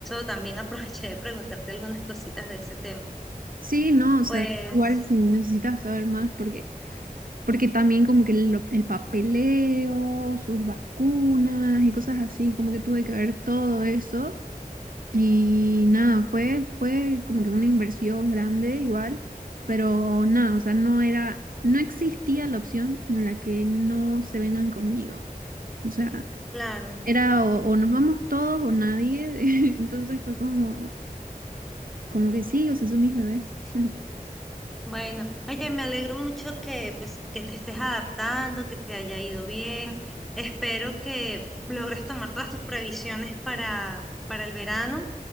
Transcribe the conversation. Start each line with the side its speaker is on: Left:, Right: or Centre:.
Centre: también <laughs> aproveché de preguntarte algunas cositas de ese tema.
Right: Sí, no, o sea,
Centre: Pues,
Right: igual si necesitas saber más, porque Porque también como que el, el papeleo, sus vacunas y cosas así, como que tuve que ver todo eso. Y nada, fue, fue como que una inversión grande igual, pero nada, o sea, no era, no existía la opción en la que no se vengan conmigo. O sea,
Centre: claro.
Right: era o, o nos vamos todos o nadie. <laughs> Entonces fue como, como que sí, o sea, son mis bebés. <laughs>
Centre: Bueno, oye, me alegro mucho que pues que te estés adaptando, que te haya ido bien. Espero que logres tomar todas tus previsiones para para el verano.